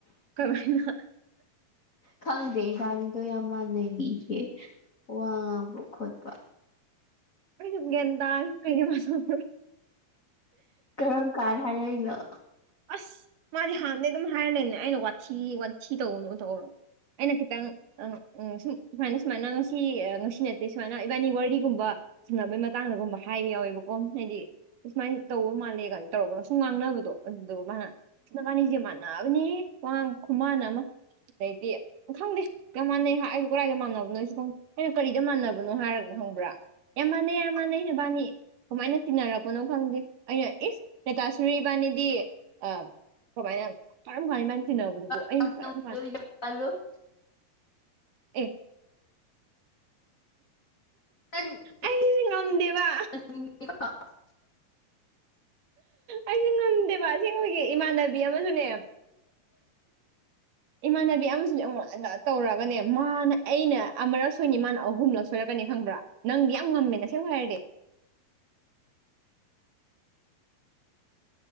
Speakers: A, on the right; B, on the left.
A: ꯀꯃꯥꯏꯅ
B: ꯈꯪꯗꯦ ꯏꯕꯥꯥꯅꯤꯗꯣ ꯌꯥꯝ ꯃꯥꯟꯅꯩꯏꯌ‌ꯦ ꯋꯥ ꯉꯥꯡꯕ ꯈꯣꯠꯄꯥ
A: ꯑꯩꯒꯗ ꯀꯩꯅ ꯃꯥꯁ <unintelligible>
B: ꯀꯔꯝ ꯀꯥꯟ ꯍꯥꯏꯔꯛꯏꯅꯣ
A: ꯑꯁ ꯃꯥꯗꯤ ꯍꯥꯟꯅꯗꯩ ꯑꯗꯨꯝ ꯍꯥꯏꯔ ꯂꯩꯕꯅꯦ ꯑꯩꯅ ꯋꯥꯊꯤ ꯋꯥꯊꯤ ꯇꯧꯒꯅꯣ ꯇꯧꯔꯥ ꯑꯩꯅ ꯈꯤꯇꯪ ꯑꯥ ꯎꯝ ꯁꯨꯝ ꯁꯨꯃꯥꯏꯅ ꯁꯨꯃꯥꯏꯅ ꯉꯁꯤ ꯉꯁꯤ ꯅꯠꯇꯦ ꯁꯨꯃꯥꯏꯅ ꯏꯕꯥꯅꯤ ꯋꯥꯔꯤꯒꯨꯝꯕ ꯁꯥꯟꯅꯕꯩ ꯃꯇꯥꯡꯗꯒꯨꯝꯕ ꯍꯥꯏꯕ ꯌꯥꯎꯋꯦꯕꯀꯣ ꯍꯥꯏꯗꯤ ꯁꯨꯃꯥꯏꯅ ꯇꯧꯕ ꯃꯥꯜꯂꯦ ꯀꯥꯏꯅ ꯇꯧꯔꯒ ꯁꯨꯝ ꯉꯥꯡꯅꯕꯗꯣ ꯑꯗꯨꯗꯨꯒ ꯃꯥꯅ ꯑꯁ ꯃꯥꯅꯤꯕꯁꯦ ꯃꯥꯥꯟꯅ ꯌꯥꯅꯥꯕꯅꯤꯍ‌ꯦ ꯋꯥꯉꯥꯡ ꯈꯨꯃꯥꯟꯅꯥ ꯑꯃꯥ ꯑꯗꯩꯗꯤ ꯈꯪꯗꯦ ꯌꯥꯝ ꯃꯥꯟꯅꯩ ꯍꯥꯏ ꯑꯩꯁꯨ ꯀꯗꯥꯏꯗ ꯃꯥꯟꯅꯕꯅꯣꯁꯨ ꯈꯪꯗꯦ ꯑꯩꯅꯥ ꯀꯔꯤꯗ ꯃꯥꯟꯅꯕꯅꯣ ꯍꯥꯏꯔꯒ ꯈꯪꯕ꯭ꯔꯥ ꯌꯥꯝ ꯃꯥꯟꯅꯩ ꯌꯥꯝ ꯃꯥꯟꯅꯩ ꯅꯕꯥꯅꯤ ꯀꯃꯥꯏꯅ ꯇꯤꯟꯅꯔꯛꯄꯅꯣ ꯈꯪꯗꯦ ꯑꯩꯅ ꯏꯁ ꯅꯦꯇꯥ ꯁꯔꯤ ꯏꯕꯥꯅꯤ <unintelligible> ꯑꯥ ꯀꯃꯥꯏꯅ ꯀꯔꯝ ꯀꯥꯟ ꯃꯥꯥꯕꯅꯤ ꯇꯤꯟꯅꯕꯗꯨ ꯑꯩꯅ
B: ꯣ
A: ꯀꯔꯝ
B: <unintelligible>
A: ꯑꯦ
B: <unintelligible>
A: ꯑꯩꯁꯦ ꯉꯝꯗꯦꯕ ꯑꯩ ꯉꯝꯗꯦꯕ ꯑꯁꯦꯡꯕꯒꯤ ꯏꯃꯥꯟꯅꯕꯤ ꯑꯃꯁꯨꯅꯦ ꯏꯃꯥꯟꯅꯕꯤ ꯑꯃꯁꯨꯅꯦ ꯑꯩꯉꯣꯟꯗ ꯇꯧꯔꯒꯅꯦ ꯃꯥꯅ ꯑꯩꯅ ꯑꯃꯔꯛ ꯁꯣꯏꯅꯤ ꯃꯥꯅ ꯑꯍꯨꯝꯂꯛ ꯁꯣꯏꯔꯛꯀꯅꯤ ꯈꯪꯕ꯭ꯔꯥ ꯅꯪ ꯌꯥꯝ ꯉꯝꯃꯦ ꯑꯁꯦꯡꯕ ꯍꯥꯏꯔꯗꯤ